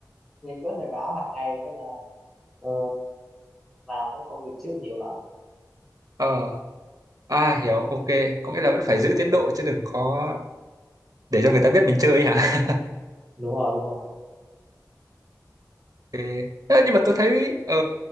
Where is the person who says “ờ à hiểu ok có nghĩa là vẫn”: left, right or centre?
Right